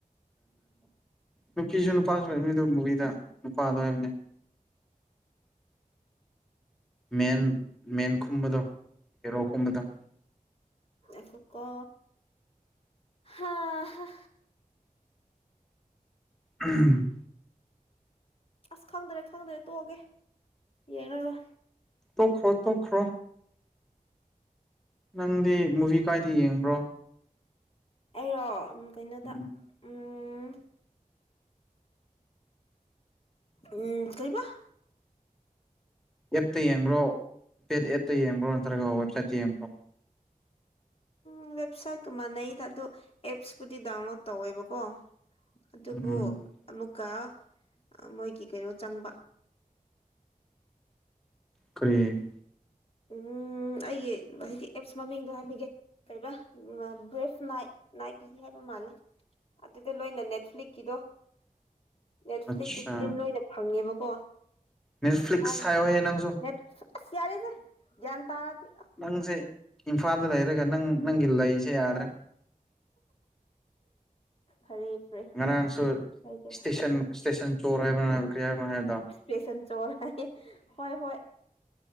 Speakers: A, in the centre; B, on the left (about 40°).
A: ꯅꯨꯄꯤꯁꯨ ꯅꯨꯄꯥꯁꯨ ꯂꯩ ꯃꯤꯗꯨ ꯃꯨꯕꯤꯗ ꯅꯨꯄꯥꯗꯣ ꯍꯥꯏꯕꯅꯦ ꯃꯦꯟ ꯃꯦꯟ ꯈꯨꯝꯕꯗꯣ ꯍꯦꯔꯣ ꯀꯨꯝꯕꯗꯣ
B: ꯑꯩꯁꯨ ꯀꯣ ꯍꯥ ꯍꯥ
A: ꯎꯝ
B: ꯑꯁ ꯈꯪꯗ꯭ꯔꯦ ꯈꯪꯗ꯭ꯔꯦ ꯇꯣꯛꯑꯒꯦ ꯌꯦꯡꯔꯔꯣꯏ
A: ꯇꯣꯛꯈ꯭ꯔꯣ ꯇꯣꯛꯈ꯭ꯔꯣ ꯅꯪꯗꯤ ꯃꯨꯚꯤ ꯀꯥꯏꯗ ꯌꯦꯡꯕ꯭ꯔꯣ
B: ꯑꯩꯔꯣ ꯎꯝ ꯀꯩꯅꯣꯗ
A: ꯎꯝ
B: ꯎꯝ ꯎꯝ ꯎꯝ ꯀꯩꯕ
A: ꯑꯦꯞꯇ ꯌꯦꯡꯕ꯭ꯔꯣ ꯄꯦꯗ ꯑꯦꯞꯇ ꯌꯦꯡꯕ꯭ꯔꯣ ꯅꯠꯇ꯭ꯔꯒ ꯋꯦꯕꯁꯥꯏꯠꯇ ꯌꯦꯡꯕ꯭ꯔꯣ
B: ꯎꯝ ꯋꯦꯕꯁꯥꯏꯠꯀ ꯃꯅꯩꯗ ꯑꯗꯣ ꯑꯦꯞꯁꯄꯨꯗꯤ ꯗꯥꯎꯟꯂꯣꯗ ꯇꯧꯋꯦꯕꯀꯣ ꯑꯗꯨꯕꯨ
A: ꯎꯝ
B: ꯑꯃꯨꯛꯀ ꯃꯣꯏꯒꯤ ꯀꯩꯅꯣ ꯆꯪꯕ
A: ꯀꯔꯤꯦ
B: ꯎꯝ ꯑꯩꯒꯤ ꯍꯥꯏꯗꯤ ꯑꯦꯞꯁ ꯃꯃꯤꯡꯗꯣ ꯍꯥꯏꯕꯤꯒꯦ ꯀꯩꯕꯥ ꯕꯔ꯭ꯤꯐ ꯅꯥꯏꯛ ꯅꯥꯏꯀꯂꯤ ꯍꯥꯏꯕ ꯃꯥꯜꯂꯦ ꯑꯗꯨꯗ ꯂꯣꯏꯅ ꯅꯦꯠꯐ꯭ꯂꯤꯛꯀꯤꯗꯣ ꯅꯦꯠꯐ꯭ꯂꯤꯛꯀꯤ
A: ꯑꯠꯆꯥ
B: ꯄꯂ꯭ꯤꯟ ꯂꯣꯏꯅ ꯐꯪꯉꯦꯕꯀꯣ
A: ꯅꯦꯠꯐ꯭ꯂꯤꯛꯁ
B: ꯍꯥꯟ
A: ꯍꯥꯏꯌꯣꯍꯦ ꯅꯪꯁꯨ
B: ꯅꯦꯠꯐ꯭ꯂꯤꯛ ꯑꯁ ꯌꯥꯔꯦꯗ ꯒꯌ꯭ꯥꯟ ꯇꯥꯔꯗꯤ
A: ꯅꯪꯁꯦ ꯏꯝꯐꯥꯜꯗ ꯂꯩꯔꯒ ꯅꯪ ꯅꯪꯒꯤ ꯂꯩꯁꯦ ꯌꯥꯗ꯭ꯔꯦ
B: ꯐꯔꯦ ꯐꯔꯦ
A: ꯉꯔꯥꯡꯁꯨ
B: ꯅꯦꯠ ꯍꯥꯏꯒꯦꯔꯥ
A: ꯏꯁꯇꯦꯁꯟ ꯏꯁꯇꯦꯁꯟ ꯆꯣꯔ ꯍꯥꯏꯕꯣ ꯍꯥꯏꯕ ꯀꯔꯤ ꯍꯥꯏꯕꯅꯣ ꯍꯥꯏꯕꯗꯣ
B: ꯄꯦꯁꯟ ꯆꯣꯔ ꯍꯥꯏꯌꯦ ꯍꯣꯏ ꯍꯣꯏ